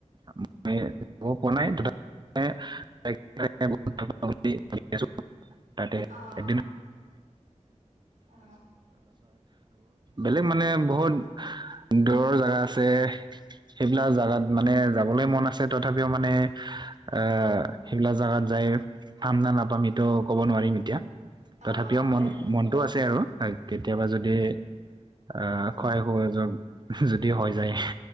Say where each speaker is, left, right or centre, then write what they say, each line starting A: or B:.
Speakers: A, on the right; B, on the right.
A: <unintelligible> <unintelligible> তাৰপাছত আৰু
B: অ অ অ
A: বেলেগ মানে বহুত দূৰৰ জেগা আছে। সেইবিলাক জাগাত
B: উম
A: মানে যাবলৈ মন আছে তথাপিও মানে, আঁহ সেইবিলাক জোগাত যায়। পাম না নাপাম এইটো ক'ব নোৱাৰিম এতিয়া। তথাপিও
B: অ হয়
A: মন মনতটো আছে আৰু কেতিয়াবা
B: উম
A: যদি আঁহ খোৱাই খোৱা যোৱা যদি হৈ যায়